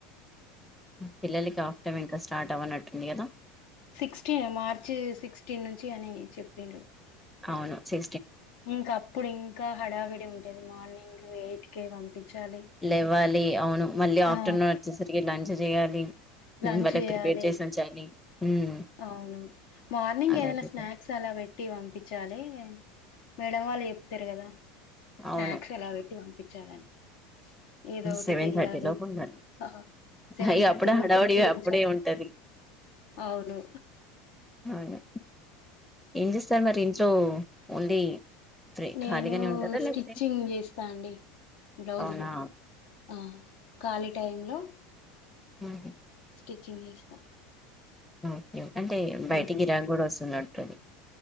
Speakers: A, in the centre; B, on the left.
A: పిల్లలకి హాఫ్ టైమ్ ఇంకా స్టార్ట్ అవ్వనట్టుంది కదా
B: సిక్స్టీన్ మార్చి సిక్స్టీన్ నుంచి అని చెప్పింరూ
A: అవును చే
B: ఇంకా అప్పుడు ఇంకా హడావిడి ఉంటది మార్నింగ్ ఎయిట్ కే పంపించాలి
A: లేవ్వాలి అవును మళ్ళీ ఆఫ్టర్నూన్
B: ఆ
A: వచ్చేసరికి లంచ్ చేయాలి
B: లంచ్
A: వాళ్ళకి
B: చేయాలి
A: ప్రిపేర్ చేసి ఉంచాలి ఉమ్,
B: అవును మార్నింగ్
A: అదే
B: ఏదైనా
A: కదా.
B: స్నాక్స్ అలా పెట్టి పంపించాలే మేడం వాళ్ళు చెప్పిరు కదా
A: అవును
B: స్నాక్స్ ఎలా టి పంపించాలని ఏదో ఒకటి
A: సెవెన్
B: చెయ్యాలి
A: థర్టీ లోపూ ఉండాలి
B: ఆ సెవెన్
A: అయ
B: థర్టీ
A: అప్పుడే హడావిడి
B: లోపు రెడీ
A: అప్పుడే
B: ఉంచాలి
A: ఉంటది
B: అవును
A: అవు ఏం చేస్తాన్నారు ఇంట్లో ఓన్లీ ఫ్రీ
B: నేను
A: ఖాళీగానే ఉంటారా
B: స్టిచ్చింగ్
A: లేకపోతే
B: చేస్తా అండి బ్లౌ
A: అవునా
B: జ్ లు ఆ కాలిగా టైమ్ లో
A: హ్మ్మ్
B: స్టిచ్చింగ్ చేస్తా
A: ఓకే అంటే బయట
B: హ్మ్.
A: గిరాక కూడా వస్తున్నాడు తది